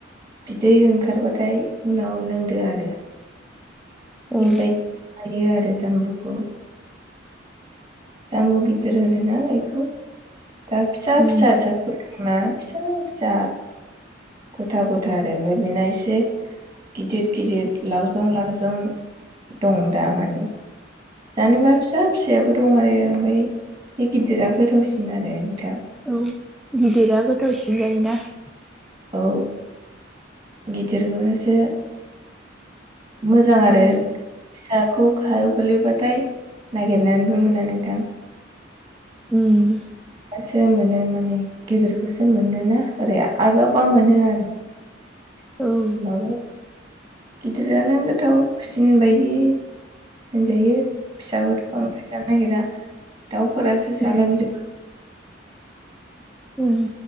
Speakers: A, on the right; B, in the centre.
A: बिदै ओंखारबाथाय उनाव लोंदो आरो।
B: औ
A: बेबायदि थायो आरो। बे जामबुखौ जामु गिदिर होनो ना इखौ? दा फिसा
B: उम
A: फिसा जादफोर दङ' मा फिसा फिसा गथा गथा आरो ओमफाय बेना एसे गिदिर गिदिर लावजं लावजं दं दा माने। जानोबा फिसा फिसायाबो दं आरो ओमफाय बे गिदिरा गोथावसिन आरो। नोंथां
B: औ गिदिरा गोथावसिन जायो। <unintelligible>
A: औ गिदिरखौनोसो मोजां आरो
B: उम
A: फिसाखौ गाहायाव गोलैबाथाय नागिरनानैबो मोना नोंथां।
B: उम
A: सो मोनो माने गिदिरखौसो मोनोना ओरै आजावबा मोनो आरो।
B: औ उम
A: ओमबाबो। गिदिरआनो गोथावसिन बायदि जायो फिसाबाथ बांद्राय जानोनागिरा दाउफोरासो
B: उम
A: जालांजोब
B: उम